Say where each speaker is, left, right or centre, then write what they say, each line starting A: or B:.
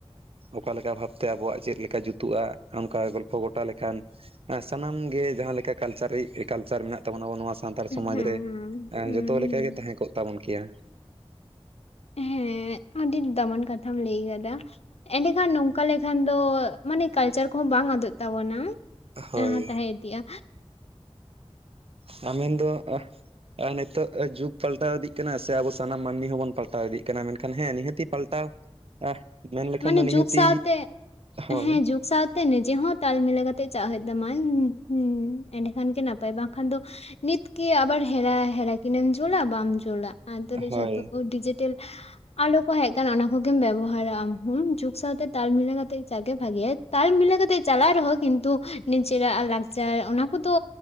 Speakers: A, on the right; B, on the left.
A: ᱚᱠᱟᱞᱮᱠᱟ ᱵᱷᱟᱵᱛᱮ ᱟᱵᱚᱣᱟᱜ ᱪᱮᱫ ᱞᱮᱠᱟ ᱡᱩᱛᱩᱜᱼᱟ ᱚᱱᱠᱟ ᱜᱚᱞᱯᱚ ᱜᱚᱴᱟ ᱞᱮᱠᱷᱟᱱ ᱥᱟᱱᱟᱢ ᱜᱮ ᱡᱟᱦᱟᱸ ᱞᱮᱠᱟ ᱠᱟᱞᱪᱟᱨᱤᱜ ᱠᱟᱞᱪᱟᱨ ᱢᱮᱱᱟᱜ ᱛᱟᱵᱚᱱᱟ ᱟᱵᱚ ᱱᱚᱣᱟ ᱥᱟᱱᱛᱟᱲ
B: ᱦᱮᱸ
A: ᱥᱚᱢᱟᱡᱽ
B: ᱦᱮᱸ
A: ᱨᱮ
B: ᱦᱮᱸ
A: ᱡᱚᱛᱚ ᱞᱮᱠᱟᱜᱮ
B: ᱦᱮᱸ
A: ᱛᱟᱦᱮᱸ ᱠᱚᱜ ᱛᱟᱵᱚᱱ ᱠᱮᱭᱟ᱾
B: ᱦᱮᱸ ᱟᱹᱰᱤ ᱫᱟᱢᱟᱱ ᱠᱟᱛᱷᱟᱢ ᱞᱟᱹᱭ ᱠᱟᱫᱟ ᱮᱸᱰᱮᱠᱷᱟᱱ ᱱᱚᱝᱠᱟ ᱞᱮ ᱠᱷᱟᱱ ᱫᱚ ᱢᱟᱱᱮ ᱠᱟᱞᱪᱟᱨ ᱠᱚᱦᱚᱸ ᱵᱟᱝ ᱟᱫᱚᱜ ᱛᱟᱵᱚᱱᱟ
A: ᱦᱳᱭ
B: ᱮ ᱛᱟᱦᱮᱸ ᱤᱫᱤᱜᱼᱟ᱾
A: <unintelligible> ᱟ ᱢᱮᱱᱮᱱᱫᱚ ᱱᱤᱛᱚᱜ ᱡᱩᱜᱽ, ᱯᱟᱞᱴᱟᱣ ᱤᱫᱤᱜ ᱠᱟᱱᱟ ᱥᱮ ᱟᱵᱚ ᱥᱟᱱᱟᱢ ᱢᱟᱹᱱᱢᱤ ᱦᱚᱸᱵᱚᱱ ᱯᱟᱞᱴᱟᱣ ᱤᱫᱤᱜ ᱢᱮᱱᱠᱷᱟᱱ ᱦᱮᱸ ᱱᱤᱦᱟᱹᱛᱤ ᱯᱟᱞᱴᱟᱣ ᱢᱮᱱ ᱞᱮᱠᱷᱟᱱ
B: ᱢᱟᱱᱮ
A: ᱫᱚ ᱱᱤᱦᱟᱹᱛᱤ,
B: ᱡᱩᱜᱽ ᱥᱟᱶᱛᱮ
A: ᱦᱳᱭ
B: ᱦᱮᱸ ᱡᱩᱜᱽ ᱥᱟᱸᱶ ᱛᱮ ᱱᱤᱡᱮ ᱦᱚᱸ ᱛᱟᱞ ᱢᱤᱞᱟᱹᱣ ᱠᱟᱛᱮᱜ ᱪᱟᱣ ᱦᱩᱭᱩᱜ ᱛᱟᱢᱟ ᱦᱩᱸ ᱮᱸᱰᱮᱠᱷᱟᱱ ᱜᱮ ᱱᱟᱯᱟᱭ ᱵᱟᱝᱠᱷᱟᱱ ᱫᱚ ᱱᱤᱛ ᱠᱮ ᱟᱵᱟᱨ ᱦᱮᱨᱟ ᱦᱮᱨᱟ ᱠᱤᱱᱮᱢ ᱡᱩᱞᱟ ᱵᱟᱢ ᱡᱩᱞᱟ ᱟᱛᱮ
A: ᱦᱳᱭ
B: ᱡᱷᱚᱛᱚ ᱰᱤᱡᱮ <unintelligible> ᱟᱞᱚ ᱠᱚ ᱦᱮᱡ ᱟᱠᱟᱱᱟ ᱚᱱᱟ ᱠᱚᱜᱮᱢ ᱵᱮᱵᱚᱦᱟᱨᱟ ᱟᱢᱦᱚᱸ ᱡᱩᱜᱽ ᱥᱟᱸᱶᱛᱮ ᱛᱟᱞ ᱢᱤᱞᱟᱹ ᱠᱟᱛᱮᱜ ᱡᱟᱜ ᱜᱮ ᱵᱷᱟᱜᱮᱭᱟ᱾ ᱛᱟᱞ ᱢᱤᱞᱟᱹ ᱠᱟᱛᱮᱜ ᱪᱟᱞᱟᱜ ᱨᱮᱦᱚᱸ ᱠᱤᱱᱛᱩ ᱱᱤᱡᱮᱨᱟᱜ ᱞᱟᱠᱪᱟᱨ ᱚᱱᱟ ᱠᱚᱫᱚ